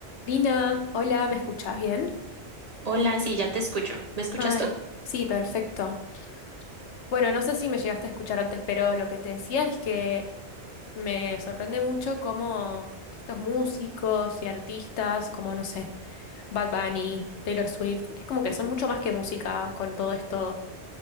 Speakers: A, on the left; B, on the right.
A: Lina, hola, ¿me escuchás bien?
B: Hola, sí, ya te escucho. ¿Me escuchas
A: Ay,
B: tú?
A: sí, perfecto. Bueno, no sé si me llegaste a escuchar antes, pero lo que te decía es que me sorprende mucho cómo estos músicos y artistas, como no sé, Bad Bunny, Taylor Swift, es como que son mucho más que música con todo esto,